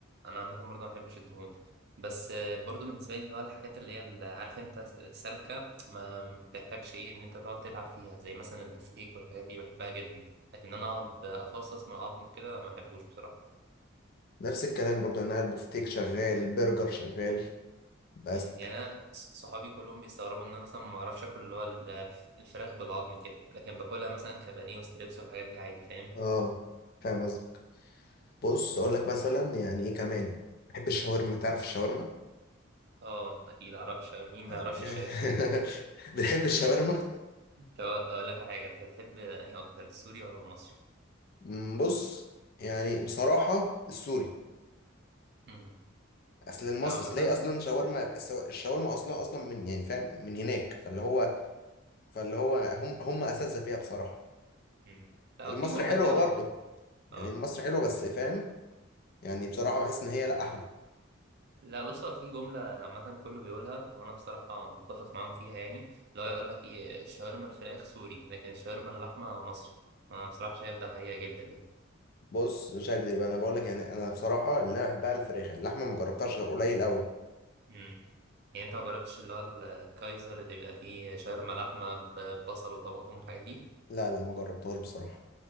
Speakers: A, on the right; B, on the left.
A: انا عامة برضه ما بحبش الدهون بس آه، برضه بالنسبة لي اللي هو الحاجات اللي هي اللي عارف انت س- سالكة ما بتحتاجش ايه ان انت تقعد تتعب فيها زي مثلا البفتيك والحاجات دي بحبها جدا لكن انا اقعد افصص من العظم وكده ما بحبوش بصراحة
B: نفس الكلام برضه يعني انا البوفتيك شغال برجر شغال بس
A: مم، يعني انا صحابي كلهم بيستغربوا ان انا مثلا ما اعرفش اكل اللي هو ال- الفراخ بالعظم كده لكن باكلها مثلا كبانيه وستريبس والحاجات دي عادي فاهم
B: اه فاهم قصدي بص اقول لك مثلا يعني ايه كمان بحب الشاورما تعرف الشاورما
A: اه اكيد اعرف شاورما مين ما
B: <laughs>
A: يعرفش الشاورما
B: بتحب الشاورما
A: <laughs> طب اقول لك على حاجه انت تحب انهي اكتر السوري ولا المصري
B: مم، بص يعني بصراحة السوري
A: امم
B: اصل المصري
A: عامه
B: اصل هي اصلا شاورما السو- الشاورما اصلا اصلا من يعني فاهم من هناك فاللي هو فاللي هو هم هم اساتذة فيها بصراحة
A: مم. لا
B: المصري
A: هو في جمله
B: حلوة
A: كده
B: برضه
A: م-
B: يعني
A: اه
B: المصري حلوة بس فاهم يعني بصراحة بحس ان هي لا احلى
A: لا بص هو في جمله عامه كله بيقولها وانا بصراحه متفق معاهم فيها يعني اللي هو يقول لك ايه الشاورما الفراخ سوري لكن الشاورما اللحمه مصري انا بصراحه شايف ده حقيقه جدا يعني
B: بص مش هكدب انا بقول لك يعني انا بصراحة اللي انا بحبها الفراخ اللحمة ما جربتهاش غير قليل قوي
A: مم. يعني انت ما جربتش اللي هو الكايزر اللي بيبقى فيه شاورما لحمه ببصل وطماطم والحاجات دي
B: لا لا ما جربتهاش بصراحة